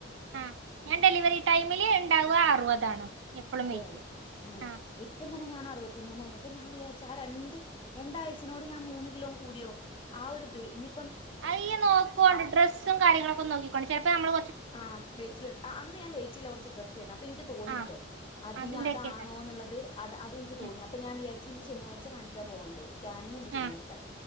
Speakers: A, on the right (about 75°); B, on the left (about 25°).
A: ആ ഞാൻ ഡെലിവറി ടൈമില് ഉണ്ടാവുക അറുപതാണ് എപ്പളും
B: അതെ
A: വെയിറ്റ്
B: ആ
A: ആഹ്
B: ഇപ്പം തന്നെ ഞാൻ അറുപത്തിമൂന്നായി അപ്പൊ ഞാൻ വിചാരിച്ച ആ രണ്ട് രണ്ടാഴ്ചനോട് ഞാൻ മൂന്ന് കിലോ കൂടിയോ ആ ഒരു ഇത് ഇനി
A: അയ്യ നോക്കോണ്ടണ്ട് ഡ്രസ്സും കാര്യങ്ങളൊക്കെ നോക്കിക്കോണ്ട് ചിലപ്പോ നമ്മൾ
B: ആ വയിറ്റിൽ ആ അന്ന് ഞാൻ വെറ്റില കുറച്ച് ഡ്രസന്നി അപ്പൊ എനിക്ക് തോന്നിയിട്ടോ
A: ആഹ്
B: അത്
A: അതിന്റെയൊക്കെ
B: ഇനി അതാണോ എന്നുള്ളത് അത് അതെനിക്ക് തോന്നി
A: ഉം
B: അപ്പൊ ഞാൻ വിചാരിച്ചിഇനി ശനിയാഴ്ച കാണിക്കാൻ പോകാണ്ട് സ്കാനിങ്ങ ഉണ്ട് ശനിയാഴ്ച
A: ആഹ്